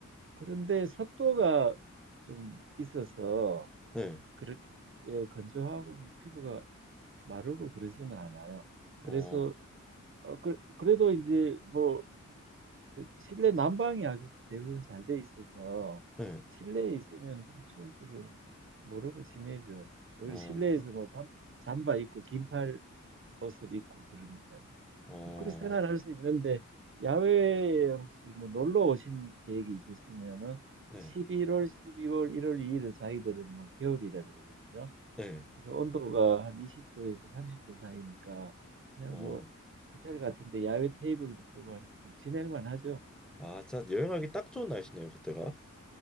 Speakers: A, on the right; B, in the centre.
A: 그런데 습도가 좀 있어서
B: 네,
A: 그렇게 예, 건조하고 뭐 피부가 마르고 그러지는 않아요. 그래서
B: 어,
A: 어, 그, 래도 이제 뭐저 실내 난방이 아주 대부분 잘 돼 있어서
B: 네,
A: 실내에 있으면 그래 추운 줄을 모르고 지내죠. 오히려
B: 어,
A: 실내에서 뭐 잠, 잠바 입고 긴팔 옷을 입고 그러니까요.
B: 어,
A: 뭐 그렇게 생활할 수 있는데 야외에 혹시 뭐 놀러 오신 계획이 있으시면은
B: 네,
A: 11월, 12월, 1월, 2일을 자기들은 뭐 겨울이라 그러거든요.
B: 네,
A: 그래서 온도가 한 20도에서 30도 사이니까 그냥
B: 어.
A: 뭐 호텔 같은데 야외 테이블도 펴고 하니까 좀 지낼만 하죠.
B: 아, 진짜 여행하기 딱 좋은 날씨네요, 그때가.